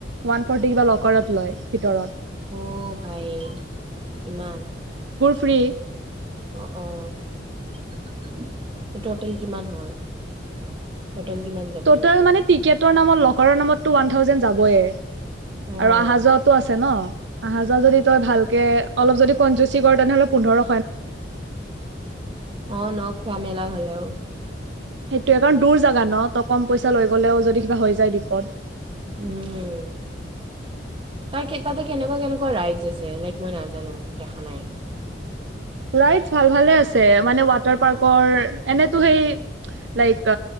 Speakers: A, on the right; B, on the right.
A: ওৱান ফৰ্টি কিবা লকাৰত লয়। ভিতৰত
B: অ ভাই ইমান।
A: ফ্ৰি
B: অ অ <unintelligible> <unintelligible> যিমান হ'ল। টটেল কিমান যাব
A: টোটেল
B: এনেকে?
A: মানে টিকেটৰ নামত লকাৰৰ নামত ৱান থাউজেন যাই। যাবয়ে।
B: অ',
A: আৰু আহা যোৱাতো আছে ন? আহা যোৱা যদি তই ভালকে অলপ যদি কনজুচি কৰ তেনেহ'লে পোন্ধৰ
B: অ ন খোৱা মেলা হলেও
A: সেইটোয়ে কাৰণ দূৰ জাগা ন ত কম পইচা লৈ গলেও যদি কিবা হৈ যায় বিপদ।
B: উম তাৰ কেইটাতে কেনেকুৱা কেনেকুৱা ৰাইদজ আছে লাইক মই নাজানো। নাজানো দেখা নাই।
A: ৰাইটছ ভাল ভালে আছে মানে ৱাটাৰ পাৰ্কৰ এনেতো সেই লাইক